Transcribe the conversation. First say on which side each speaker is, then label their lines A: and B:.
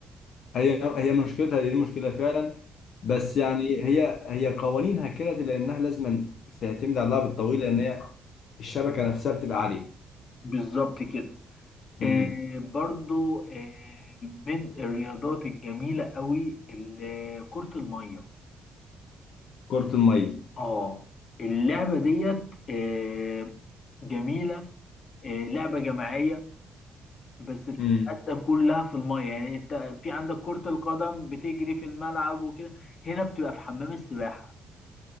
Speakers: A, on the left; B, on the left.
A: هي هي مشكلتها دي مشكلة فعلا بس يعني هي هي قوانينها كده لأنها لازما تعتمد على اللعب الطويل لأن هي الشبكة نفسها بتبقى عالية
B: بالظبط كده آه
A: امم
B: برضو آه من الرياضات الجميلة قوي ال- كرة المية
A: كرة المية
B: اه اللعبة ديت آه جميلة آه لعبة جماعية بس بتتأدى
A: امم
B: كلها في المية يعني انت في عندك كرة القدم بتجري في الملعب وكده هنا بتبقى في حمام السباحة